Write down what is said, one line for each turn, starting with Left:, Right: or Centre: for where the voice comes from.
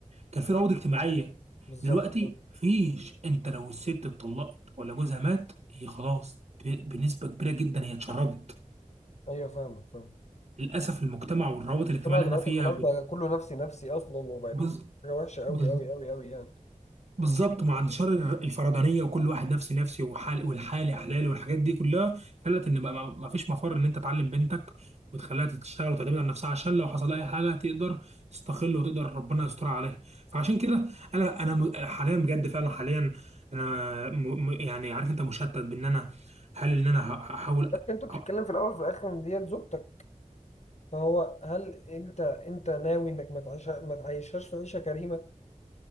Right: كان في روابط اجتماعيه
Left: بالظبط
Right: دلوقتي
Left: فاهم.
Right: مفيش انت لو الست اتطلقت ولا جوزها مات هي خلاص ب- بنسبه كبيره جدا هي اتشردت
Left: ايوه فاهمك فاهم
Right: للاسف المجتمع والروابط الاجتماعيه
Left: طبعا
Right: اللي
Left: دلوقتي
Right: احنا فيها
Left: خلاص
Right: ب-
Left: بقى كله نفسي نفسي اصلا وبقت
Right: بز-
Left: حاجه وحشه قوي
Right: بز-
Left: قوي قوي قوي يعني
Right: بالظبط مع انتشار ال- الفردانيه وكل واحد نفسي نفسي وحال والحالي احلالي والحاجات دي كلها خلت ان بقى ما ما فيش مفر ان انت تعلم بنتك وتخليها تشتغل وتعتمد على نفسها عشان لو حصل اي حاجه تقدر تستقل وتقدر ربنا يستر عليها فعشان كده انا انا م- حاليا بجد فعلا حاليا انا م م- يعني عارف انت مشتت بان انا هل ان انا ه- هحاول
Left: بس
Right: أ-
Left: انت بتتكلم
Right: أ-
Left: في الاول وفي الاخر إن دي زوجتك فهو هل انت انت ناوي انك ما تعيش ما تعيشهاش في عيشه كريمه